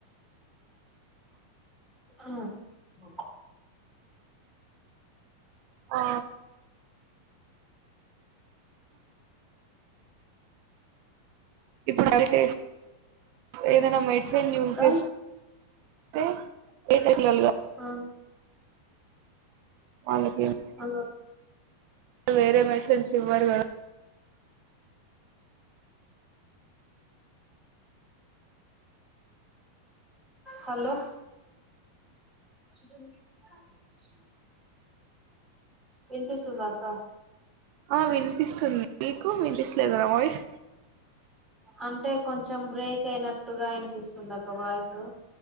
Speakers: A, in the centre; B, on the right.
A: ఆ మ
B: ఆ, ఇప్పుడు హరిటేస్, ఏదైనా మెడిసన్ యూస్
A: అక్క
B: చేస్. <unintelligible>
A: ఆ.
B: వాళ్ల గేమ్స్.
A: ఆ,
B: వేరే మెడిసన్స్ ఇవ్వరు గద.
A: హలో. చికెన్ కిప్స్. వినిపిస్తుందా అంత.
B: ఆ వినిపిస్తుంది, మీకు, వినిపిస్తలేదా నా వాయిస్.
A: అంటే కొంచెం బ్రేక్ అయినట్టుగా, ఇనిపిస్తుందక్కా వాయిసు.